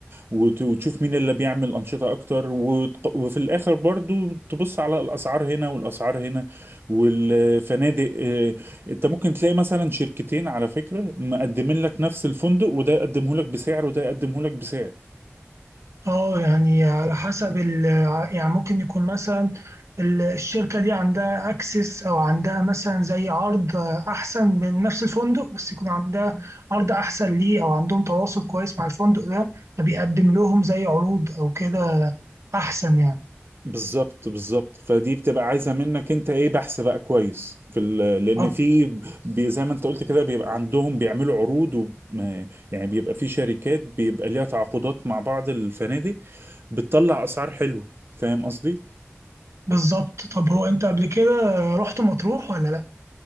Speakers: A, on the right; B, on the right.
A: وت- وتشوف مين اللي بيعمل أنشطة أكتر وت- وفي الآخر برضو تبص على الأسعار هنا والأسعار هنا والفنادق آه، أنت ممكن تلاقي مثلا شركتين على فكرة مقدمين لك نفس الفندق وده يقدمه لك بسعر وده يقدمه لك بسعر
B: اه يعني على حسب ال يعني ممكن يكون مثلا ال- الشركة دي عندها اكسس او عندها مثلا زي عرض احسن من نفس الفندق بس يكون عندها عرض احسن ليه او عندهم تواصل كويس مع الفندق ده فبيقدم لهم زي عروض او كده احسن يعني
A: بالظبط بالظبط فدي بتبقى عايزه منك انت ايه بحث بقى كويس في ال... لان
B: اه
A: في بي... زي ما انت قلت كده بيبقى عندهم بيعملوا عروض و... ما- يعني بيبقى في شركات بيبقى ليها تعاقدات مع بعض الفنادق بتطلع اسعار حلوه فاهم قصدي
B: بالظبط طب هو انت قبل كده رحت مطروح ولا لا؟